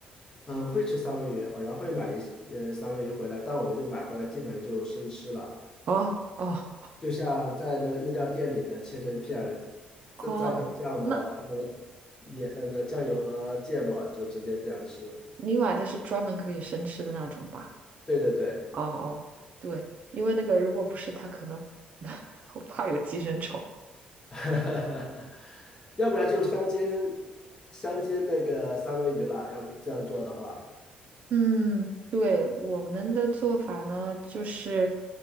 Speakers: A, on the left; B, on the right.
A: 嗯，会吃三文鱼，偶然会买一呃三文鱼回来，但我们就买回来基本上就生吃了。
B: 哦哦
A: 就像在那个日料店里的切成片儿，
B: 哦，
A: 再蘸上酱末，
B: 那
A: 那个盐呃那酱油和芥末，就直接这样吃。
B: 你买的是专门可以生吃的那种吧？
A: 对对对。
B: 哦哦，对，因为那个如果不是，它可能 <laughs> 我怕有寄生虫。
A: <laughs> 哈哈哈要不然就香煎香煎那个三文鱼了，要不这样做的话，
B: 嗯，对，我们的做法呢，就是